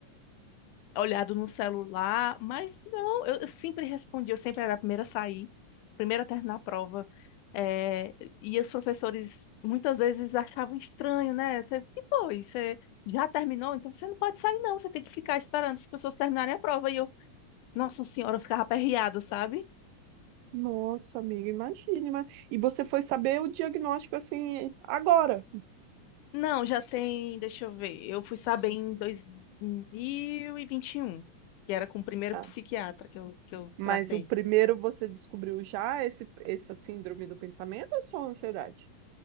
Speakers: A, on the left (about 80°); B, on the right (about 90°).
A: olhado no celular, mas não, eu, eu sempre respondia, eu sempre era a primeira a sair, primeira a terminar a prova. Eh, e os professores muitas vezes achavam estranho, né? Você, o que foi? Você já terminou? Então você não pode sair, não, você tem que ficar esperando as pessoas terminarem a prova. E eu, nossa senhora, eu ficava aperreada, sabe?
B: Nossa, amiga, imagine. Mas... E você foi saber o diagnóstico assim agora.
A: Não, já tem, deixa eu ver. Eu fui saber em dois mil e e vinte e um, que era com o primeiro
B: Ah,
A: psiquiatra que eu, que eu
B: Mas
A: tratei.
B: o primeiro você descobriu já esse, essa síndrome do pensamento ou só ansiedade?